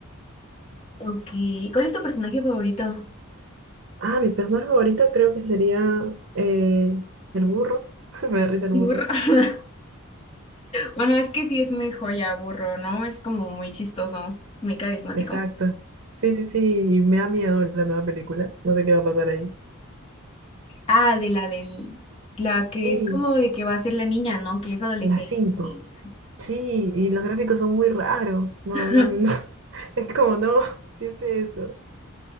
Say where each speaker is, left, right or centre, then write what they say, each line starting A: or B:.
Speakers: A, on the left; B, on the right.
A: Ok. ¿Cuál es tu personaje favorito?
B: Ah, mi personaje favorito creo que sería eh, el burro. <laughs> Me da risa el
A: Burro.
B: burro.
A: <laughs> Bueno, es que sí es muy joya, burro, ¿no? Es como muy chistoso, muy carismático.
B: Exacto. Sí, sí, sí, y me da miedo la nueva película. No sé qué va a pasar ahí.
A: Ah, de la del, la que
B: Sí,
A: es como de que va a ser la niña, ¿no? Que es adolescente.
B: las cinco Sí, y los gráficos son muy raros. No,
A: <laughs>
B: no, no. <laughs> Es como, no, ¿qué es eso?